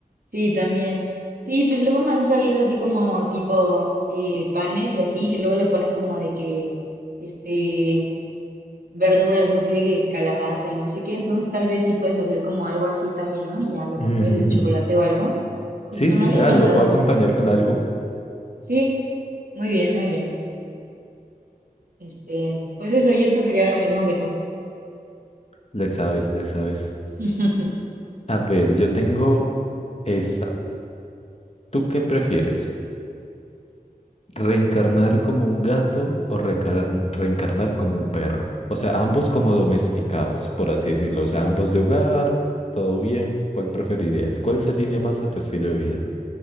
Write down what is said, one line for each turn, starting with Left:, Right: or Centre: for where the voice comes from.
Right: Sí, también. Sí, pues luego me han salido así como tipo eh, panes y así, que luego le ponen como de que, este, verduras así de que calabaza y no sé qué, entonces tal vez sí puedes hacer como algo así también, ¿no? Y ya lo
Left: Ujú.
Right: cubres de chocolate o algo. Justo
Left: Sí, literal,
Right: no había pensado
Left: lo puedo
Right: en
Left: acompañar
Right: eso.
Left: con algo.
Right: Sí, muy bien, muy bien. Este, pues eso, yo escogería lo mismo que tú.
Left: Le sabes, le sabes.
Right: <laughs>
Left: A ver, yo tengo esta. ¿Tú qué prefieres? ¿Reencarnar como un gato o recar- reencarnar como un perro? O sea, ambos como domesticados, por así decirlo. O sea, ambos de hogar, todo bien. ¿Cuál preferirías? ¿Cuál se alinea más a tu estilo de vida?